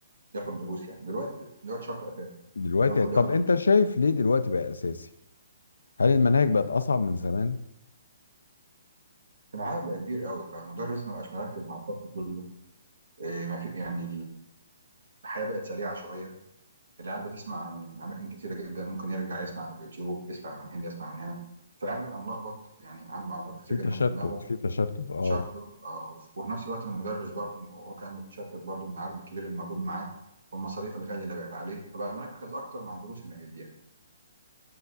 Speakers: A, on the right; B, on the left.
A: ياخد دروس يعني دلوقتي دلوقتي شرط اساسي
B: دلوقتي
A: لازم الكل
B: طب
A: ياخد
B: أنت
A: دروس
B: شايف ليه دلوقتي بقى أساسي؟ هل المناهج بقت أصعب من زمان؟
A: العدد بقى كبير قوي فالمدرس ما بقاش مركز مع الفصل كله آه، ما في يعني الحياة بقت سريعة شوية العيال بتسمع من أماكن كتيرة جدا ممكن يرجع يسمع من اليوتيوب يسمع من هنا يسمع من هنا فالعيال بيبقى ملخبط يعني عنده معلومات كتير
B: في
A: جدا
B: تشتت
A: في دماغه
B: في تشتت أه
A: مشتت آه، وفي نفس الوقت المدرس برضه هو كان متشتت برضه من العدد الكبير اللي موجود معاه والمصاريف الغالية اللي بقت عليه فبقى مركز أكتر مع الدروس اللي هيديها